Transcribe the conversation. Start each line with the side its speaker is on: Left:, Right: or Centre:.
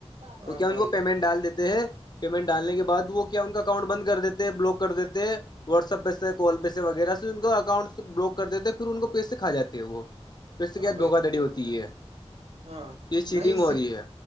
Right: ہاں
Left: تو کیا
Right: بھائی
Left: ان کو پیمنٹ ڈال دیتے ہیں پیمنٹ ڈالنے کے بع وہ کیا ان کا اکاؤنٹ بند کر دیتے ہیں بلاک کر دیتے واٹسپ پہس کوال پے سے وغیرہ سے ان کو اکاؤنٹ سے بلاک کر دیتے ہیں پھر ان کو پیس سے کھااتی ہے وہ توھر اس سے
Right: ہاں
Left: کیا
Right: بھائی
Left: دھوکا دڑی ہوتی ہے
Right: ہاں
Left: یہ چیٹنگ
Right: نسک
Left: ہو رہی ہے